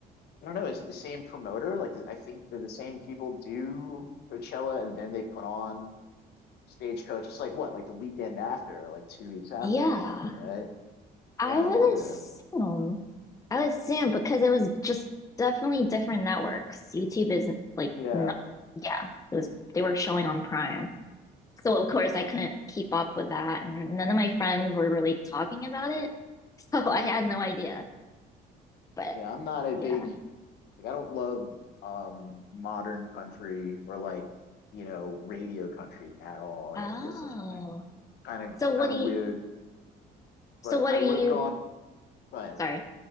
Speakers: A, on the left; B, on the left.
A: I don't know. Is it the same promoter? Like, I think they're the same people do Coachella and then they put on Stagecoach. It's like what, like the weekend after, or like two weeks after,
B: Yeah.
A: or something, right?
B: I
A: Yeah,
B: would
A: I wonder.
B: assume. I would assume because it was just definitely different networks. YouTube isn't like
A: Yeah,
B: no, yeah, it was they were showing on Prime. So of course
A: yeah,
B: I
A: I'm-
B: couldn't keep up with that and none of my friends were really talking about it. <laughs> So I had no idea. But
A: yeah. I'm not a
B: yeah.
A: big like. I don't love um modern country or like you know radio country at all. Like
B: Oh.
A: I think it's just kind of kind
B: So
A: of
B: what
A: kind
B: do
A: of
B: you
A: weird.
B: so
A: But
B: what
A: I
B: are
A: would
B: you
A: have gone. But
B: sorry.